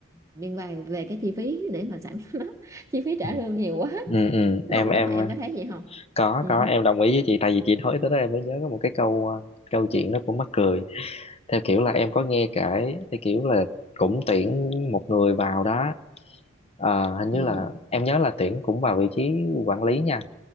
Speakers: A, on the right; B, on the left.
A: liên quan về cái chi phí để mà sản xuất nó <laughs> chi phí trả
B: ừ
A: lương nhiều quá
B: ừ ừ.
A: đúng
B: em
A: không
B: em
A: đúng không em có thấy gì không
B: có
A: ừ
B: có em đồng ý với chị tại vì chị nói tới đó em mới nhớ có một cái câu ờ, câu chuyện nó cũng mắc cười theo kiểu là em có nghe kể theo kiểu là cũng tuyển một người vào đó Ờ, hình như
A: ừ
B: là em nhớ là tuyển cũng vào vị trí quản lý nha